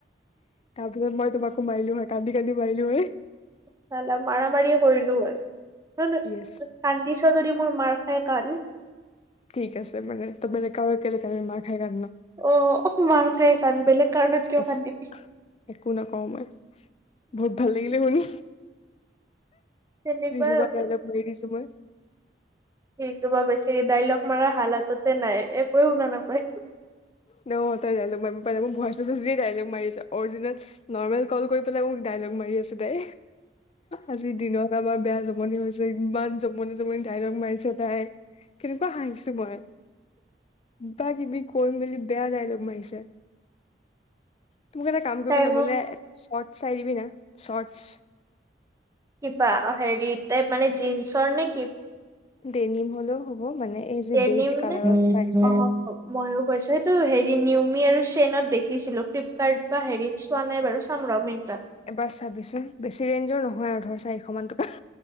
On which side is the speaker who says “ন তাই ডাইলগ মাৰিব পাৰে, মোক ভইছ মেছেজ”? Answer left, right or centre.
Left